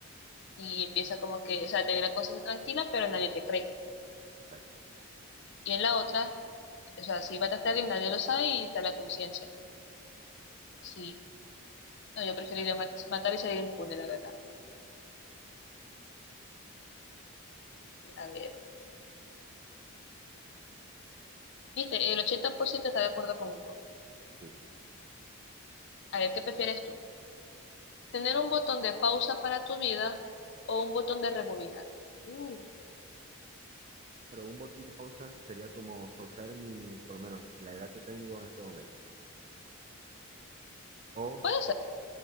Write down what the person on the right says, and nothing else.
Exacto,
sí.
Pero un botón de pausa sería como pausar mi, por lo menos, la edad que tengo en este momento. O